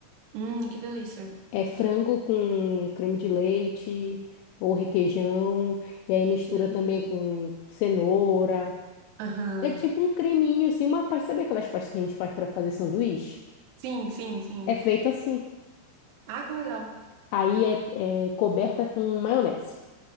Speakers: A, on the right (about 80°); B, on the left (about 85°).
A: Hum, que delícia.
B: É frango com creme de leite ou requeijão, e aí mistura
A: Que delícia.
B: também com cenoura.
A: Aham.
B: É tipo um creminho, assim, uma pasta. Sabe aquelas pastas que a gente faz para fazer sanduíche?
A: Sim, sim, sim.
B: É feito assim.
A: Ah, que legal.
B: Aí é, é coberta com maionese.